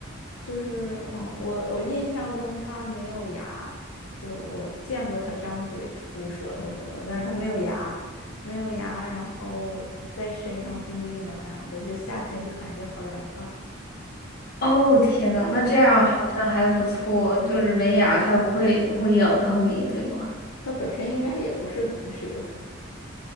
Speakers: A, on the left (about 75°); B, on the left (about 45°).
A: 就是嗯，我我印象中它没有牙，就是我见过它张嘴吐舌头什么的，但是它没有牙，没有牙，然后在身上冰冰凉凉的，就夏天就感觉好凉快
B: 哦，天呐，那这样好像还不错，
A: 啊。
B: 就是没牙，它不会不会咬到你，对吗？
A: 它本身应该也不是毒蛇，